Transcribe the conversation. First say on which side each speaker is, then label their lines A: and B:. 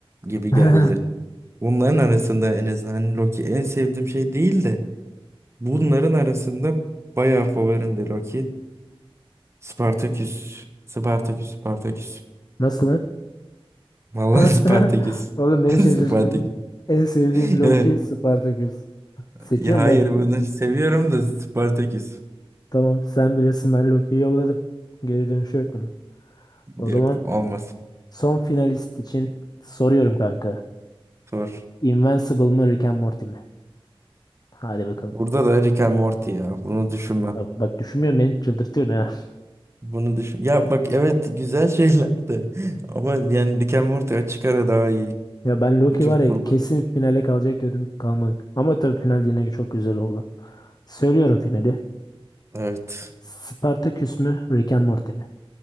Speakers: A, on the right (about 25°); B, on the left (about 40°).
A: gibi
B: <laughs>
A: geldi. Bunların arasında en azından hani Loki en sevdiğim şey değil de bunların arasında bayağı favorimdi Loki. Spartaküs. Spartaküs, Spartaküs.
B: Nasıl lan?
A: Vallahi
B: <laughs>
A: <laughs> Spartaküs.
B: Oğlum beni
A: <laughs>
B: şaşırttın.
A: Spartaküs.
B: En sevdiğim
A: <laughs>
B: Loki Spartaküs. Seçiyorum
A: Ya hayır
B: bak.
A: bunu seviyorum da Spartaküs.
B: Tamam sen bilirsin ben Loki'yi yolladım. Geri dönüşü yok bunun. O
A: Yok
B: zaman
A: olmasın.
B: son finalist için soruyorum kanka.
A: Sor.
B: Invincible mı Rick and Morty mi? Hadi bakalım.
A: Burada da Rick and Morty ya. Bunu düşünmem.
B: Bak, bak düşünmüyorum beni çıldırtıyor ya. <laughs>
A: Bunu düşün. Ya bak evet güzel şeyler de <laughs> ama yani Rick and Morty açık ara daha iyi.
B: Ya ben Loki
A: Bütün
B: var
A: kurgu
B: ya kesin finale kalacak diyordum kalmadı. Ama tabii final yine çok güzel oldu. Söylüyorum finali.
A: Evet.
B: Spartaküs mü? Rick and Morty mi?